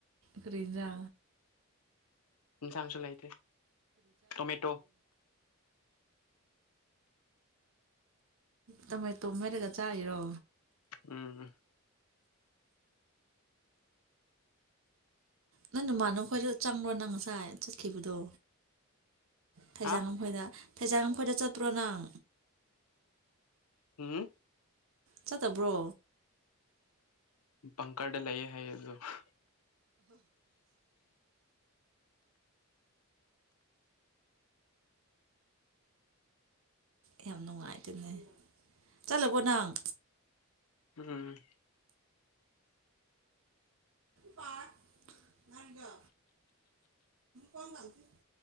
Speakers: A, on the right (about 65°); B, on the left (about 90°).
A: ꯀꯔꯤꯖꯥ
B: ꯏꯁꯥꯡꯁꯨ ꯂꯩꯥꯏꯇꯦ ꯇꯣꯃꯦꯇꯣ
A: ꯇꯃꯣꯏ ꯇꯣꯃꯦꯔꯒ ꯆꯥꯔꯣ
B: ꯑꯝ
A: ꯅꯪ ꯅꯃꯅ ꯈꯈꯣꯏꯗ ꯆꯪꯕ꯭ꯔꯣ ꯅꯪ ꯉꯁꯥꯏ ꯆꯠꯈꯤꯕꯗꯣ ꯊꯖꯪꯒꯝ
B: ꯍꯥ
A: ꯍꯗ ꯐꯩꯖꯥꯡꯝꯈꯣꯏꯗ ꯆꯠꯇꯄ꯭ꯔꯣ ꯅꯪ
B: ꯎꯝ
A: ꯆꯠꯇꯕ꯭ꯔꯣ
B: ꯄꯪꯈꯥꯗ ꯂ ꯍꯌꯦ ꯍꯌꯦꯦꯣ ꯍ
A: ꯌꯥꯝ ꯅꯨꯡꯉꯥꯏꯇꯅꯦ ꯆꯠꯂꯕꯣ ꯅꯪ
B: ꯎꯝ
A: ꯄꯥ ꯉꯖꯣ ꯀꯣꯟ ꯆꯥꯟꯊ